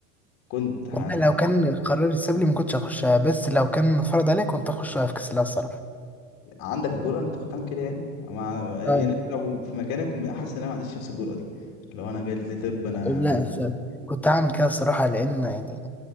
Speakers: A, on the left; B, in the centre.
A: كنت
B: والله لو كان قرار اتساب لي ما كنتش هخشها بس لو كان اتفرض عليا كنت هخش في كاس الله الصراحه
A: عندك الجرأة ان انت كنت تعمل كده يعني مع... يعني
B: اه
A: أنا لو في مكانك م- حاسس ان انا ما عنديش نفس الجرأة دي لو انا جالي طب انا
B: لا صح. كنت هعمل كده الصراحه لان يعني